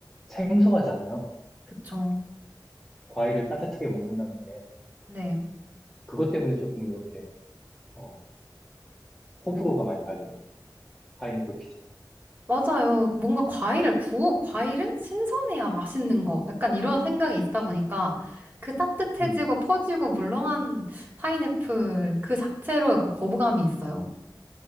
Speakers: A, in the centre; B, on the right.
A: 생소하잖아요.
B: 그쵸.
A: 과일을 따뜻하게 먹는다는 게,
B: 네.
A: 그것 때문에 조금 이렇게, 어, 호불호가 많이 갈리는 거 같아요. 파인애플 피자가.
B: 맞아요. 뭔가 과일을 구워, 과일은 신선해야 맛있는 거. 약간 이런 생각이 있다 보니까 그 따뜻해지고
A: 음.
B: 퍼지고 물렁한 파인애플 그 자체로 약간 거부감이 있어요.